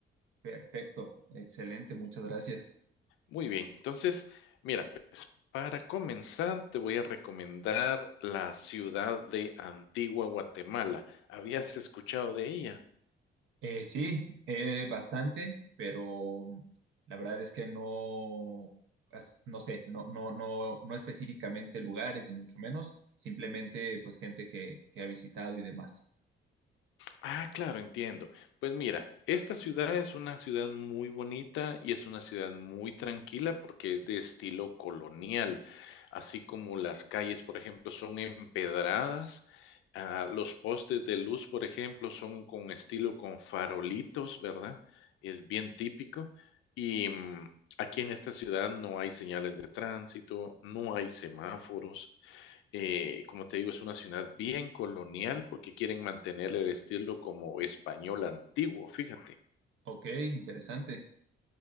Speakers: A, on the right; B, on the left.
A: Perfecto, excelente, muchas gracias.
B: Muy bien, entonces, mira, pues para comenzar te voy a recomendar la ciudad de Antigua Guatemala. ¿Habías escuchado de ella?
A: Eh, sí, eh, bastante, pero la verdad es que no, as- no sé, no, no, no, no específicamente lugares, ni mucho menos, simplemente pues gente que, que ha visitado y demás.
B: Ah, claro, entiendo. Pues mira, esta ciudad es una ciudad muy bonita y es una ciudad muy tranquila porque es de estilo colonial, así como las calles, por ejemplo, son empedradas, ah, los postes de luz, por ejemplo, son con estilo con farolitos, ¿verdad? Es bien típico. Y mm, aquí en esta ciudad no hay señales de tránsito, no hay semáforos. Eh, como te digo, es una ciudad bien colonial porque quieren mantener el estilo como español antiguo, fíjate.
A: Ok, interesante.